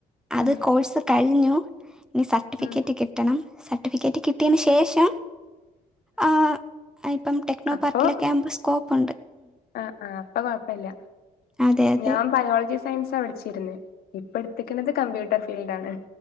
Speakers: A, in the centre; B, on the left.
A: അത്
B: ഉം
A: കോഴ്സ് കഴിഞ്ഞു ഇനി സർട്ടിഫിക്കറ്റ്
B: ഉം
A: കിട്ടണം സർട്ടിഫിക്കറ്റ് കിട്ടിയേന് ശേഷം. ആഹ് അഹ് ഇപ്പം ടെക്നോ
B: അപ്പൊ
A: പാർക്കിലൊക്കെ ആവുമ്പൊ സ്കോപ്പുണ്ട്.
B: ആഹ് ആഹ് അപ്പൊ കൊഴപ്പല്ല്യ
A: അതെ അതെ
B: ഞാൻ ബയോളജി സയൻസാ പഠിച്ചിര്ന്ന് ഇപ്പ ഇട്ത്ത്ക്ക്ണത് കമ്പ്യൂട്ടർ ഫീൽഡാണ്.